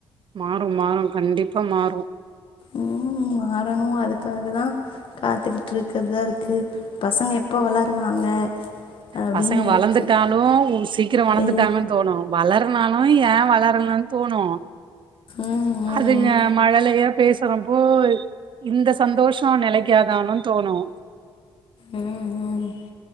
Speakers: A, on the right (about 55°); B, on the left (about 60°).
A: மாறும் மாறும் கண்டிப்பா மாறும்
B: ம் ம் மாறணும் அதுக்காக தான் காத்துக்கிட்டு இருக்கற இருக்கு பசங்க எப்ப வளருவாங்க அப்படின்னு
A: பசங்க
B: இருக்குது
A: வளர்ந்துட்டாலூம் சீக்கிரம் வளர்ந்துட்டாங்கன்னு
B: ஐயோ
A: தோணும் வளர் வரளனாலும் ஏன் வளரலன்னு தோணும்
B: ம் ம்
A: அதுங்க மழலையப் பேசுறம்போ இந்த சந்தோஷம் நிலைக்காதான்னு தோணும்
B: ம் ம்